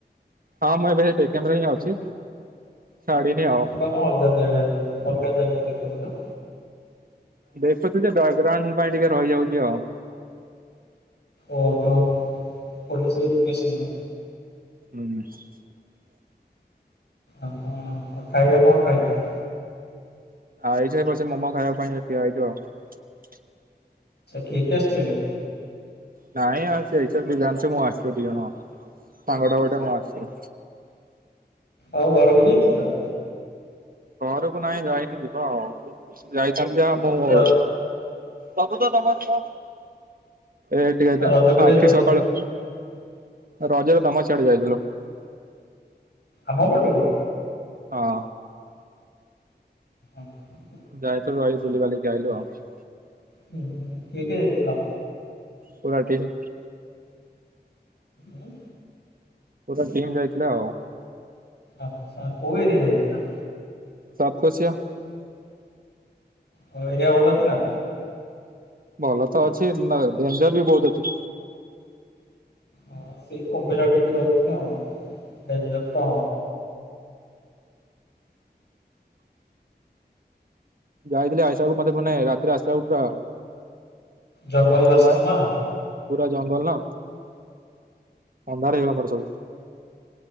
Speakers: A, on the right; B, on the left.
A: ହଁ ମୁଁ ଏବେ କ୍ୟାମେରା ହିଁ ଅଛି। ଛାଡିନି ଆଉ।
B: ତୁ ପା କଣ ଅଲଗା ଜାଗା ଅଲଗା ଜାଗାରେ ଦେଖ। କଣ କହିଲ।
A: ଦେଖୁଛୁ ଯେ ବ୍ରାଗ୍ରାଉଣ୍ଡ ପାଇଁ ଟିକେ ରହିଯାଉଛି ଆଉ।
B: ଓହୋ ପୋଲିସ୍ ଭେରିପିକେସନ୍।
A: ହୁଁ।
B: ଆହା। ଆଉ ଖାଇବା କଣ ଖାଇଛ।
A: ଆଇଛୁ ଏ ବସି ମୋମୋ ଖାଇବା ପାଇଁ ଠିଆ ହେଇଛୁ ଆଉ।
B: କିଏ କିଏ ଆସିଛ କି?
A: ନାଇଁ ଆଉ ସେଇ ତ ଦିବ୍ୟାନଶୁ ମୁଁ ଆସିଛୁ ଦି ଜଣ ସାଙ୍ଗଟା ଗୋଟେ ମୁଁ ଆସିଛି।
B: ଆଉ ଘରକୁ ଯିବ।
A: ଘରକୁ ନାଇଁ ଯାଇନି ଯିବା ଆଉ। ଯାଇଥାନ୍ତି ଯାଇଥାନ୍ତି ମୁଁ।
B: ର
A: ସବୁ ତ ତମର ଏଟିକେ
B: ରଜକୁ ଯାଇନଥିଲ
A: ଆଖି ସକାଳୁ ରଜରେ ତମ ସିଆଡେ ଯାଇଥିଲୁ। <inaudible>
B: ଆମ ପଟ କୁ।
A: ହଁ।
B: ଓହୋ।
A: ଯାଇଥିଲୁ ରହିକି ବିଲିବାଲି କି ଆଇଲୁ ଆଉ।
B: ହୁଁ ହୁଁ କିଏ କିଏ ଯାଇଥିଲ।
A: ପୁରା ଟିମ୍।
B: ଉଁ
A: ପୁରା ଟିମ୍ ଯାଇଥିଲେ ଆଉ।
B: ଆଛା କୋଉ ଏରିଆ ଯାଇଥିଲା।
A: <inaudible>
B: ହଁ ଏରିଆ ଭଲ ଥିଲା।
A: ଭଲ ତ ଅଛି ଡେଞ୍ଜର ବି ବହୁତ ଅଛି।
B: ହଁ ସେଇ କୁମ୍ଭୀର ଟିକେ ରହୁଛି ଡେଞ୍ଜର ତ।
A: ଯାଇଥିଲି ଆସିଲାବେଳକୁ ମୋତେ ମାନେ ରାତିରେ ପୁରା।
B: ଜଙ୍ଗଲ ରାସ୍ତା
A: ଲା
B: ନା।
A: ପୁରା ଜଙ୍ଗଲ ନା ଅନ୍ଧାର ହେଇଗଲା ବାଟ ସବୁ।